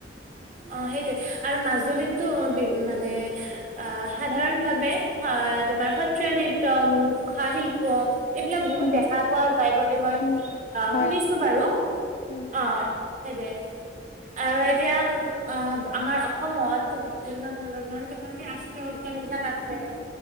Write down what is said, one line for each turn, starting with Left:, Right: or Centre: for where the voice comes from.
Right: অঁ, সেইটোৱেই আৰু মাজুলীতো বি মানে- আহ সাধাৰণ ভাৱে আহ তোমাৰ সত্ৰীয়া নৃত্য, মুখা শিল্প- এইবিলাক বহুত
Left: উম
Right: দেখা পোৱা যায় বুলি মই
Left: উম
Right: অঁ'
Left: হয়
Right: শুনিছ- ছো বাৰু।
Left: উম
Right: অঁ' সেইটোৱে। আৰু এতিয়া- অঁ' আমাৰ অসমত বিভিন্ন ধৰণৰ ৰাষ্ট্ৰীয় উদ্যানবিলাক আছে।